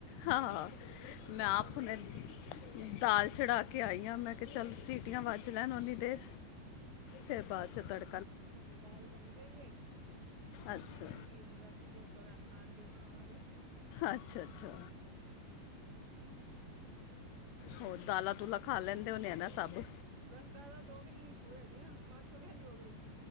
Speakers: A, on the left; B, on the right.
A: ਹਾਂ ਮੈਂ
B: ਰਾਤ
A: ਆਪ
B: ਦਾ ਕਰੋ
A: ਹੁਣੇ
B: ਤੇ ਦਿਨ ਦਾ ਸੋਚਾ।
A: ਦਾਲ ਚੜ੍ਹਾ ਕੇ ਆਈ ਹਾਂ ਮੈਂ ਕਿਹਾ ਚੱਲ ਸੀਟੀਆ ਵੱਜ ਲੈਣ ਓਨੀ ਦੇਰ। ਫੇਰ ਬਾਦ ਚ ਤੜ
B: ਸਾਡੀ ਦਾਲ ਬਣੀ ਪਈ ਏ, ਸਬਜ਼ੀ
A: ਅੱਛਾ
B: ਬਣੀ ਪਈ ਏ ਹੁਣ ਰਾ ਤੀ ਜੋ ਕਰਾਂ ਖਾਣਗੇ ਉਹ ਬਣਾਵਾਂਗੇੇ।
A: ਅੱਛਾ-ਅੱਛਾ
B: ਹਮ
A: ਹੋਰ ਦਾਲਾ-ਦੁਲਾ ਖਾ ਲੈਂਦੇ ਹੋਣੇ ਆ ਨਾ ਸਭ।
B: ਬਸ ਦਾਲਾਂ ਦੋ ਦਿਨ ਮਸ਼ਹੂਰ ਹੈਗੀਅਂ ਮਾਂ ਛੋਲਿਆਂ ਦੀ ਹੋ ਗਈ